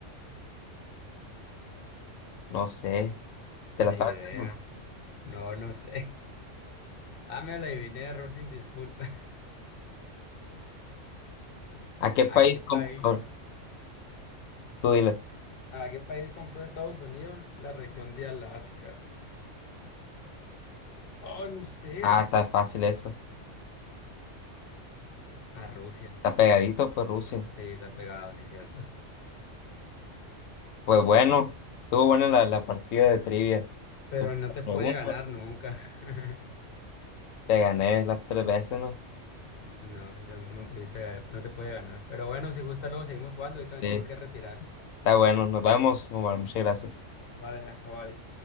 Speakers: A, on the left; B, on the left.
A: No sé. ¿Te
B: Ni
A: la sabes?
B: idea.
A: eso?
B: No, no sé. Ah, me la adiviné, error sin disculpa. <laughs>
A: ¿A qué país
B: ¿A qué país?
A: complicó? Tú dile.
B: ¿A qué país compró Estados Unidos la región de Alaska? Oh, no sé.
A: Ah, tan fácil eso.
B: A Rusia.
A: Está pegadito, pues Rusia.
B: Sí, está pegado, sí, cierto.
A: Pues bueno, estuvo buena la, la partida de trivia.
B: Pero
A: Tú
B: no te puede
A: me preguntas,
B: ganar nunca. <laughs>
A: te gané las tres veces, ¿no?
B: No, eso no me pudiste, no te puede ganar. Pero bueno, si gusta, luego seguimos jugando. Ahorita me
A: Sí.
B: tengo que retirar.
A: Está bueno, nos vemos, Omar. Muchas gracias.
B: Vale, bye.